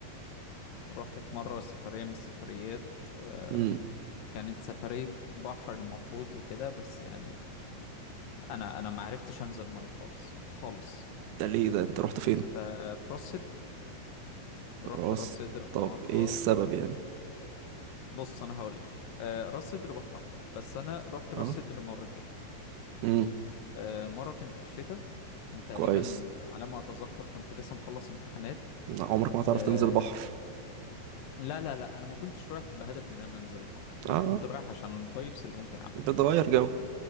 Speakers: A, on the left; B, on the right.
A: رحت في مرة سفرية من السفريات آه،
B: امم
A: كانت سفرية بحر المفروض وكده بس يعني انا انا ما عرفتش انزل مية خالص خالص
B: ده ليه ده انت رحت فين
A: آه، في راس سدر رحت
B: راس
A: راس سدر
B: طب
A: في مرة
B: ايه السبب يعني
A: بص انا هقول لك آه، راس سدر بحر احمر بس انا رحت راس
B: اه
A: سدر مرتين
B: امم
A: آه، مرة كانت في الشتاء كنت تقريبا
B: كويس
A: على ما اتذكر كنت لسه مخلص امتحانات
B: لا، عمرك ما تعرف
A: آه،
B: تنزل بحر
A: لا لا لا انا ما كنتش رايح بهدف ان انا انزل البحر انا
B: اه
A: كنت رايح عشان الفايبس اللي ممكن اعملها
B: بتغير جو